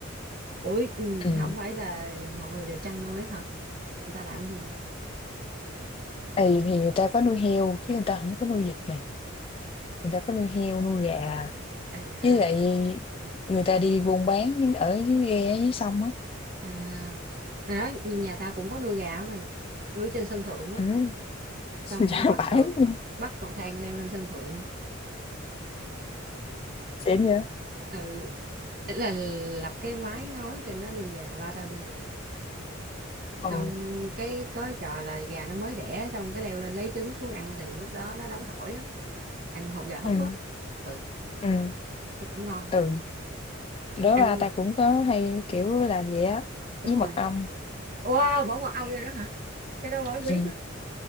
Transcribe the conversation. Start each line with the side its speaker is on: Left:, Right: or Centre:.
Right: ủa ừ,
Left: Ừm,
Right: không phải là mọi người đều chăn nuôi á hả? Người ta làm gì mày?
Left: tại vì thì người ta có nuôi heo chứ người ta không có nuôi vịt mày, người ta có nuôi heo, nuôi gà,
Right: À,
Left: với lại người ta đi buôn bán ở dưới ghe, dưới sông á.
Right: à, hồi đó nhà tao cũng có nuôi gà á mày, nuôi trên sân thượng á.
Left: Ừm, <laughs> dạ
Right: xong bắt
Left: vãi
Right: cầu
Left: luôn,
Right: bắt cầu thang leo lên sân thượng
Left: xịn vậy.
Right: ừ ý là lập cái mái ngói trên đó nuôi gà ba tao nuôi gà
Left: Ừ,
Right: xong cái có trò là gà nó mới đẻ xong cái leo lên lấy trứng xuống ăn liền lúc đó nó nóng hổi á ăn hột gà húp
Left: ừm,
Right: á ừ
Left: ừm,
Right: cũng ngon
Left: ừ, đó
Right: ăn
Left: ba ta cũng có hay, kiểu, làm vậy á,
Right: đúng
Left: với
Right: rồi
Left: mật ong,
Right: wow bỏ mật ong vô đó hả cái đó mới biết
Left: ừm,
Right: á